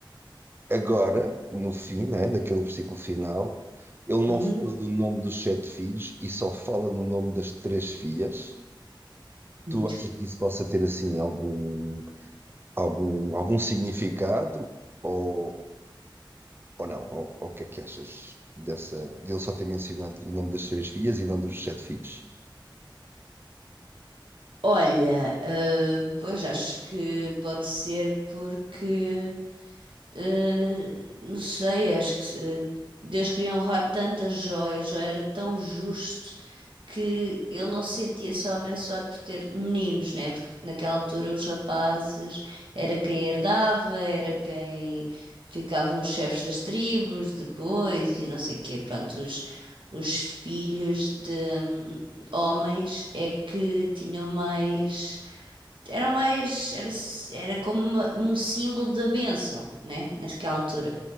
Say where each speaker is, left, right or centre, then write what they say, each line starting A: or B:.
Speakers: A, on the right; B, on the right.
A: agora, no fim, né, naquele versículo final, ele não
B: Uhum.
A: fala do nome dos sete filhos e só fala no nome das três filhas.
B: Muito.
A: Tu achas que isso possa ter assim algum, algum, algum significado ou, ou não? Ou, ou o que é que achas dessa, dele só ter mencionado o nome das três filhas e não dos sete filhos?
B: Olha, eh, pois acho que pode ser porque Eh, não sei, acho que eh, Deus queria honrar tantas joias, já era tão justo que ele não se sentia só abençoado por ter meninos, né? Porque naquela altura os rapazes era quem herdava, era quem ficavam os chefes das tribos depois e não sei o quê. Pronto, os, os filhos de hum, homens é que tinham mais era mais, era, era como uma- um símbolo da bênção, né? Naquela altura.